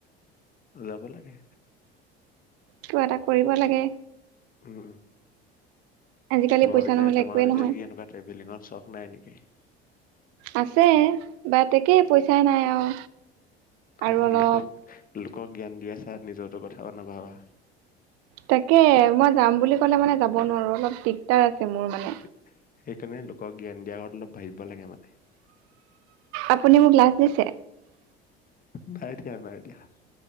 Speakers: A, on the left; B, on the right.
A: যাব লাগে।
B: কিবা এটা কৰিব লাগে।
A: উম।
B: আজিকালি
A: তোমাৰ
B: পইচা
A: পিছে,
B: নহ'লে
A: তোমাৰ
B: একোৱেই
A: পিছে
B: নহয়।
A: কি' এনেকুৱা ট্ৰেভেলিংঙৰ চক নাই নেকি? <unintelligible>
B: আছে বা' তাকেই পইচাই নাই আৰু।
A: বা'হ-
B: আৰু অলপ
A: লোকক জ্ঞান দি আছা। নিজটো কথাওঁ নাভাবা।
B: তাকে, মই যাম বুলি ক'লে মানে যাব নোৱাৰো। অলপ দিগদাৰ আছে- মোৰ মানে।
A: সেইকাৰণে লোকক- জ্ঞান দিয়াৰ আগতে, অলপ ভাবিব লাগে মানে।
B: আপুনি মোক লাজ দিছে?
A: নাই দিয়া, নাই দিয়া।